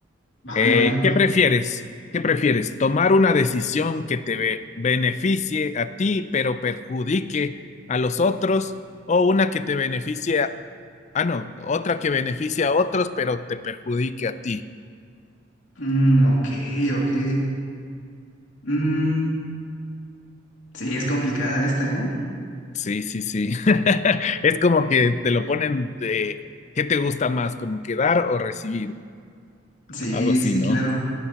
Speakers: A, on the left; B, on the left.
A: Vale,
B: Eh,
A: vale.
B: ¿qué prefieres? ¿Qué prefieres? ¿Tomar una decisión que te be- beneficie a ti pero perjudique a los otros o una que te beneficie a... Ah, no, otra que beneficie a otros pero te perjudique a ti?
A: Mm, ok, ok. Mm, sí, es complicada esta, ¿eh?
B: Sí, sí, sí. <laughs> Es como que te lo ponen de... ¿Qué te gusta más? ¿Como que dar o recibir?
A: Sí,
B: Algo así,
A: sí,
B: ¿no?
A: claro.